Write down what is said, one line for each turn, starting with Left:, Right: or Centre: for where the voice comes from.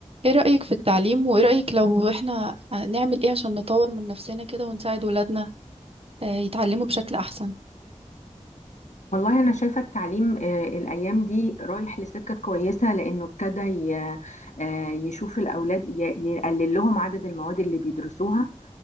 Right: ايه رأيك في التعليم وايه رأيك لو احنا نعمل ايه عشان نطور من نفسنا كده ونساعد ولادنا آه، يتعلموا بشكل احسن
Left: والله أنا شايفة التعليم آه، الأيام دي رايح لسكة كويسة لأنه ابتدى ي- آه، يشوف الأولاد ي- يقلل لهم عدد المواد اللي بيدرسوها